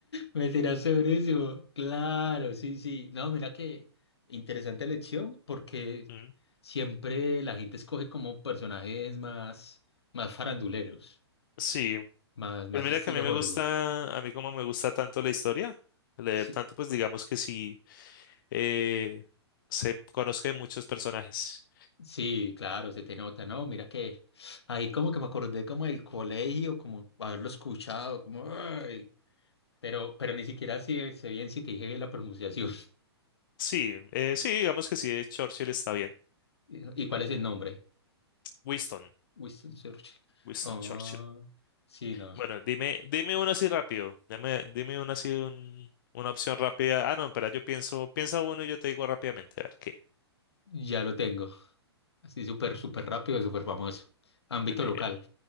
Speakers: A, on the left; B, on the left.
A: Me tiraste durísimo. Claro, sí, sí. No, mira que interesante elección porque
B: Mm,
A: siempre la gente escoge como personajes más, más faranduleros,
B: Sí,
A: más, más
B: pues mira
A: estilo
B: que a mí me
A: Hollywood.
B: gusta, a mí como me gusta tanto la historia, leer
A: Sí,
B: tanto, pues digamos que sí. eh, se conozca de muchos personajes.
A: sí, claro, se te nota, ¿no? Mira que ahí como que me acordé como del colegio, como haberlo escuchado, como, ay, pero, pero ni siquiera sé, sé bien si te dije bien la pronunciación.
B: Sí, eh, sí, digamos que sí, Churchill está bien.
A: <laughs> ¿Y cuál es el nombre?
B: Winston,
A: Winston Churchill.
B: Winston
A: Ah,
B: Churchill.
A: sí, no.
B: Bueno, dime, dime uno así rápido. Dime, dime uno así, un- una opción rápida. Ah, no, espera, yo pienso, piensa uno y yo te digo rápidamente, a ver qué.
A: Ya lo tengo. Así súper, súper rápido, súper famoso. Ámbito
B: Dime.
A: local.